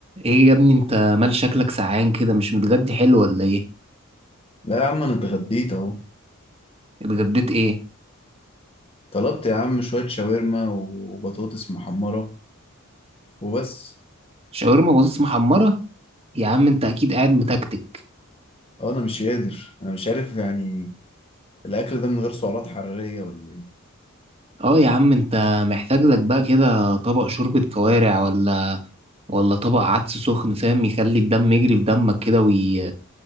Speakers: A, on the right; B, on the left.
A: ايه يا ابني انت مال شكلك سعان كده مش متغدي حلو ولا ايه
B: لا يا عم انا اتغديت اهو
A: اتغديت ايه
B: طلبت يا عم شوية شاورما وبطاطس محمرة وبس
A: شاورما بطاطس محمرة يا عم انت اكيد قاعد متكتك
B: اه انا مش قادر انا مش عارف يعني الاكل ده من غير سعرات حرارية ولا ايه
A: اه يا عم انت محتاج لك بقى كده طبق شوربة كوارع ولا ولا طبق عدس سخن فاهم يخلي الدم يجري في دمك كده وي...